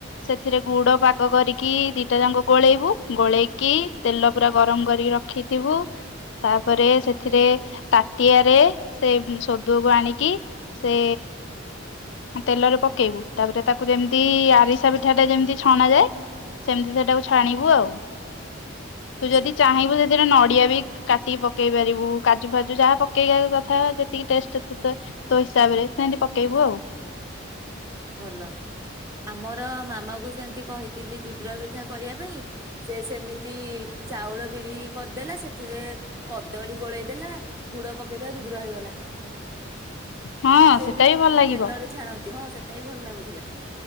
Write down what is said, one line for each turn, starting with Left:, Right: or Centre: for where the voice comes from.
Left: ସେଥିରେ ଗୁଡ ପା ଆାଗ କରିକି ଦିଟା ଯାକ ଗୋଳେଇବୁ ଗୋଳେଇକି ତେଲ ପୁରା ଗରମ କରିକି ରଖିଥିବୁ ତାପରେ ସେଥିରେ ତାଟିଆରେ ସେ ସଦୁଅକୁ ଆଣିକି ସେ ତେଲରେ ପକେଇବୁ ତାପରେ ତାକୁ ଯେମିତି ଆରିସା ପିଠାଟା ଯେମିତି ଛଣାଯାଏ ସେମିତି ସେଟାକୁ ଛାଣିବୁ ଆଉ।
Right: ଆଚ୍ଛା
Left: ତୁ ଯଦି ଚାହିଁବୁ ସେଥିରେ ନଡିଆ ବି କାଟିକି ପକେଇ ପାରିବୁ କାଜୁ ଫାଜୁ ଯାହା ପକେଇବା କଥା ଯେତିକି ଟେଷ୍ଟ ତ ତୋ ହିସାବରେ ସେମିତି ପକେଇବୁ ଆଉ।
Right: ଭଲ ଆମର ମାମା କୁ ସେମିତି କହିଥିଲି ଦୁଦୁରା ପିଠା କରିବା ପାଇଁ ସେ ସେମିତି ଚାଉଳ ବିରି କରିଦେଲା ସେଥିରେ କଦଳୀ ଗୋଳେଇ ଦେଲା ଗୁଡ ପକେଇଦେଲା ଦୁଦୁରା ହେଇଗଲା।
Left: ହଁ
Right: ସେମତି
Left: ସେଟା ବି ଭଲ ଲାଗିବ
Right: ତେଲରେ ଛାଣନ୍ତି ହଁ ସେ ଭଲ ଲାଗୁଥିଲା